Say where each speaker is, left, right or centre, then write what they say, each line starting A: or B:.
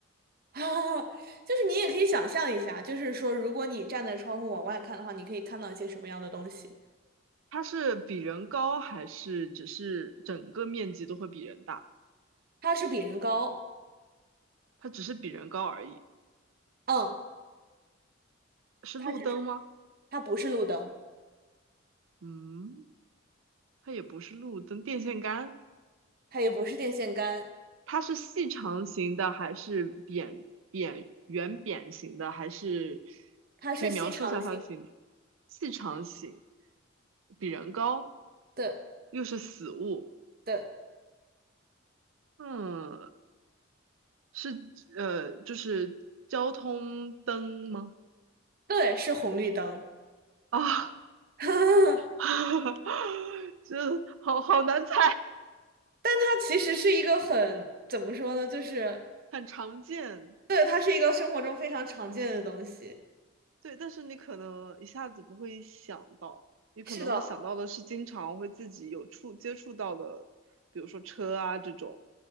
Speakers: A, on the right (about 45°); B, on the right (about 75°).
A: <laughs> 就是你也可以想象一下，就是说，如果你站在窗户往外看的话，你可以看到一些什么样的东西？
B: 它是比人高还是只是整个面积都会比人大？
A: 它是比人高，
B: 它只是比人高而已，
A: 嗯，
B: 是路灯吗？
A: 它只是，它不是路灯，
B: 嗯，它也不是路灯，电线杆。
A: 它也不是电线杆，
B: 它是细长型的还是扁扁圆扁型的？还是
A: 它是细长型
B: 可以描述一下它的形状？细长型，比人高，
A: 的
B: 又是死物。
A: 的，
B: 嗯，是呃，就是交通灯吗？
A: 对，是红绿灯。
B: 啊，
A: <laughs>
B: <laughs> 这好好难猜，
A: 但它其实是一个很，怎么说呢？就是，
B: <laughs> 很常见。
A: 对，它是一个生活中非常常见的东西。
B: 对，但是你可能一下子不会想到，你可能会想到的是经常会自己有触接触到的，
A: 是的，
B: 比如说车啊这种，